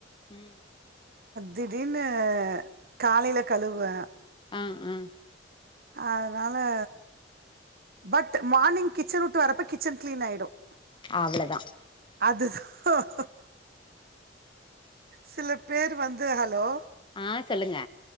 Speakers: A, on the left (about 25°); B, on the right (about 55°).
A: உம்
B: திடீர்னு காலையில கழுவுவேன்
A: ம் ம்
B: அதனால பட் மார்னிங் கிச்சன் விட்டு வரப்ப கிச்சன் கிளீன் ஆயிடும்
A: அவ்ளதா
B: அதுதான் சில பேர் வந்து ஹலோ
A: ஆஹ் சொல்லுங்க